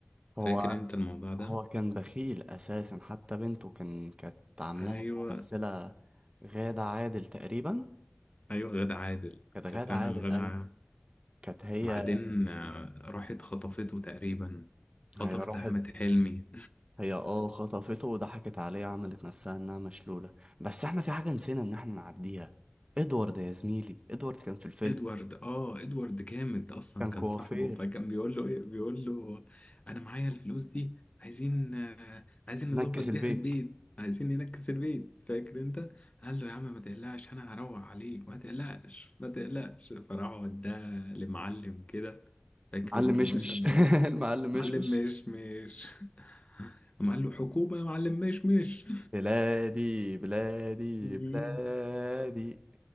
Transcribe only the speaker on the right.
هو
هو كان بخيل اساسا حتى بنته كان كانت عاملاها
ممثله غادة عادل تقريبا
كانت غادة
عادل
ايوه
كانت هي
هي راحت
هي اه خطفته وضحكت عليه عملت نفسها انها مشلوله بس احنا في حاجه نسينا ان احنا نعديها ادوارد يا زميلي ادوارد كان في الفيلم
كان
كوافير
نكس
البيت
معلم
مشمش
<laughs> المعلم مشمش
بلادي بلادي
بلادي